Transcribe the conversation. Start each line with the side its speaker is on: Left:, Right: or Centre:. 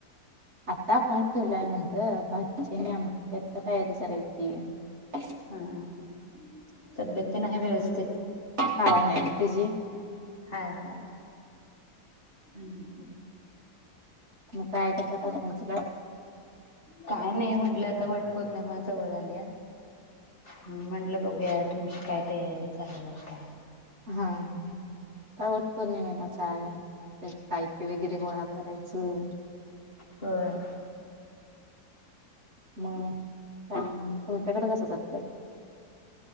Right: आता भात ठेवलाय म्हणत भाजीची आणि आमटीची आता तयारी करायची.
Left: हां हां तब्येत तेन आहे व्यवस्थित
Right: हाय हाय तुजी
Left: हाय हाय हम्म <inaudible>
Right: मग काय कसा काय फोन केला
Left: काय नाही म्हटलं आता वटपौर्णिमा! जवळ आल्या म्हंटलं बघूया, तुमची काय तयारी चालू आहे काय?
Right: हा हा आता वट पौर्णिमेलाच हाय! साहित्य वगैरे गोळा करायचं.
Left: बर
Right: मग तुमच्याकडे कसं करत्यात